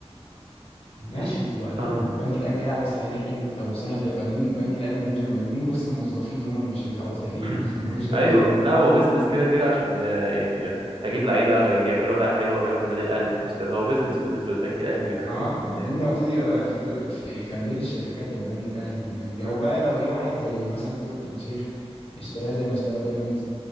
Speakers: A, on the left; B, on the right.
A: ماشي وبعدين
B: اه
A: ما هو البنك الاهلي هيلعب السنه دي حلو طب والسنه الجايه بعدين البنك الاهلي ملوش جماهيرين بس الموظفين هم اللي بيشجعوه تقريبا
B: <laughs>
A: <laughs> لكن ملوش جماهير
B: ايوه لا هو بيزنس كده كده عشان آه، يعني اجيب لعيبه غ- يعملوا اداء حلو ابيعهم النادي الاهلي بفلوس كذا هو بيزنس بالنسبه للبنك الاهلي بيدخل
A: اه
B: له فلوس
A: بعدين
B: يعني
A: ده المفروض يبقى في دو... في في انديه الشركات البنك الاهلي والناس دي
B: مم.
A: او بقى لو جه واحد زي مثلا تركي الشيخ اشتراه زي ما اشترى بيراميدز